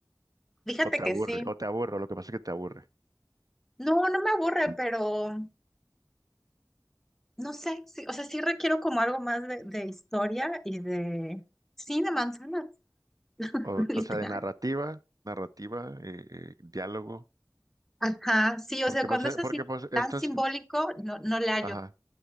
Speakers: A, in the centre; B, on the right.
A: Fíjate
B: O te
A: que
B: aburre,
A: sí.
B: o te aburre, o lo que pasa es que te aburre.
A: No, no me aburre,
B: Ujú.
A: pero no sé, sí, o sea, sí requiero como algo más de, de historia y de, sí, de manzanas, <laughs>
B: O,
A: literal.
B: o sea, de narrativa, narrativa, eh, eh, diálogo.
A: Ajá, sí, o
B: Porque
A: sea,
B: pues,
A: cuando
B: eh,
A: es así
B: porque pues estas,
A: tan simbólico,
B: pues,
A: no, no le hallo.
B: ajá.